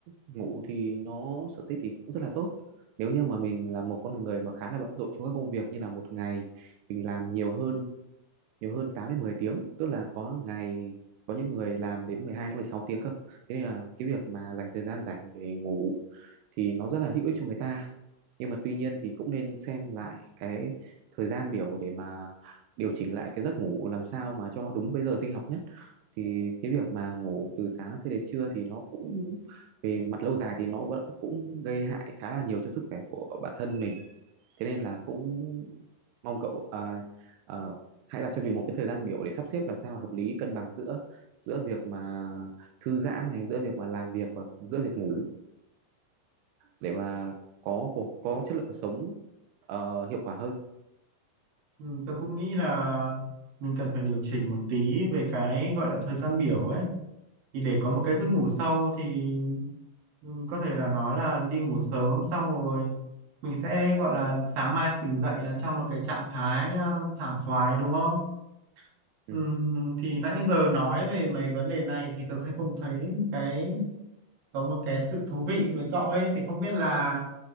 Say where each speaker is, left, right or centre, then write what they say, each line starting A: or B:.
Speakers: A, on the right; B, on the right.
A: ngủ thì nó sở thích thì cũng rất là tốt nếu như mà mình là một con người mà khá là bận rộn trong các công việc như là một ngày mình làm nhiều hơn nhiều hơn tám đến mười tiếng tức là có ngày có những người làm đến 12 đến 16 tiếng cơ thế nên là cái việc mà dành thời gian rảnh để ngủ thì nó rất là hữu ích cho người ta nhưng mà tuy nhiên thì cũng nên xem lại cái thời gian biểu để mà điều chỉnh lại cái giấc ngủ làm sao mà cho nó đúng với giờ sinh học nhất thì cái việc mà ngủ từ sáng cho đến trưa thì nó cũng về mặt lâu dài thì nó vẫn cũng gây hại khá là nhiều cho sức khỏe của bản thân mình thế nên là cũng mong cậu à, à, hãy đặt cho mình một cái thời gian biểu để sắp xếp làm sao hợp lý cân bằng giữa giữa việc mà thư giãn này giữa việc mà làm việc và giữa việc ngủ để mà có cuộc có chất lượng cuộc sống ờ, hiệu quả hơn
B: Ừ, tôi cũng nghĩ là mình cần phải điều chỉnh một tí về cái gọi là thời gian biểu ấy thì để có một cái giấc ngủ sâu thì ừ, có thể là nói là đi ngủ sớm xong rồi mình sẽ gọi là sáng mai tỉnh dậy là trong một cái trạng thái ờ, sảng khoái đúng không?
A: ừ.
B: Ừ, thì nãy giờ nói về mấy vấn đề này thì tôi thấy cũng thấy cái có một cái sự thú vị với cậu ấy thì không biết là